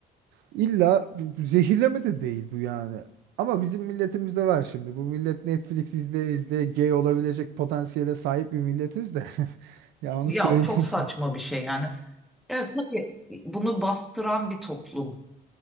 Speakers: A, on the right; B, in the centre.
A: İlla bu- bu zehirleme de değil bu yani. Ama bizim milletimizde var şimdi. Bu millet Netflix izleye izleye gay olabilecek potansiyele sahip bir milletiz de. <laughs> Ya onu
B: Ya
A: söyleyeyim.
B: çok saçma
A: <laughs>
B: bir şey yani. Evet tabii bunu bastıran bir toplum